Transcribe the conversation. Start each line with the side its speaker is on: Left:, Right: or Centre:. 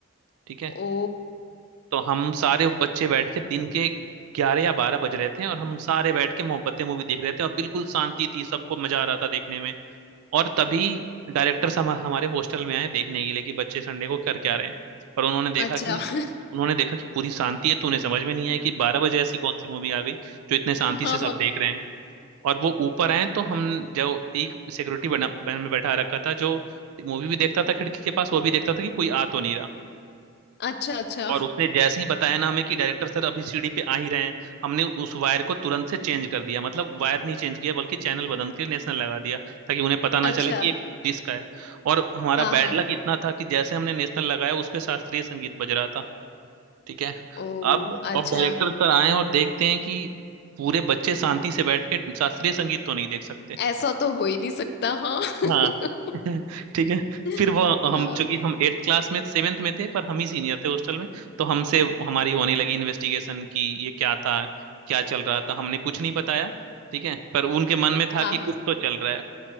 Right: ठीक है
Left: ओ
Right: तो हम सारे बच्चे बैठ के दिन के ग्यारह या बारह बज रहे थे और हम सारे बैठ के मोहब्बतें मूवी देख रहे थे और बिल्कुल शांति थी सबको मजा आ रहा था देखने में और तभी डायरेक्टर हम हमारे हॉस्टल में आए देखने के लिए कि बच्चे संडे को कर क्या रहे हैं और उन्होंने देखा
Left: अच्छा
Right: कि
Left: <laughs>
Right: उन्होंने देखा कि पूरी शांति है तो उन्हें समझ में नहीं आया कि बारह बजे ऐसी कौन सी मूवी आ गई जो इतने शांति
Left: हाँ
Right: से सब
Left: हाँ
Right: देख रहे हैं और वो ऊपर आए तो हम जो एक सिक्योरिटी बना में बैठा रखा था जो मूवी भी देखता था खिड़की के पास वो भी देखता था कि कोई आ तो नहीं रहा
Left: अच्छा अच्छा
Right: और उसने जैसे ही बताया ना हमें कि
Left: <laughs>
Right: डायरेक्टर सर अभी सीढ़ी पे आ ही रहे हैं हमने उस वायर को तुरंत से चेंज कर दिया मतलब वायर नहीं चेंज किया बल्कि चैनल बदल के नेशनल लगा दिया ताकि उन्हें पता ना
Left: अच्छा
Right: चले कि ये डिश का है और हमारा
Left: हाँ
Right: बैड
Left: हाँ
Right: लक इतना था कि जैसे हमने नेशनल लगाया उस पे शास्त्रीय संगीत बज रहा था ठीक है
Left: ओ
Right: अब
Left: अच्छा
Right: अब डायरेक्टर सर आए और देखते हैं कि पूरे बच्चे शांति से बैठ के शास्त्रीय संगीत तो नहीं देख सकते
Left: ऐसा तो हो ही नहीं सकता हाँ <laughs>
Right: हाँ <laughs> ठीक है
Left: हाँ
Right: फिर वो हम
Left: हाँ
Right: चूंकि हम एट्थ क्लास में सेवेंथ में थे पर हम ही सीनियर थे हॉस्टल में तो हमसे हमारी होने लगी इन्वेस्टिगेशन की ये क्या था क्या चल रहा था हमने कुछ नहीं बताया ठीक है पर उनके मन में था
Left: हाँ
Right: कि कुछ तो चल रहा है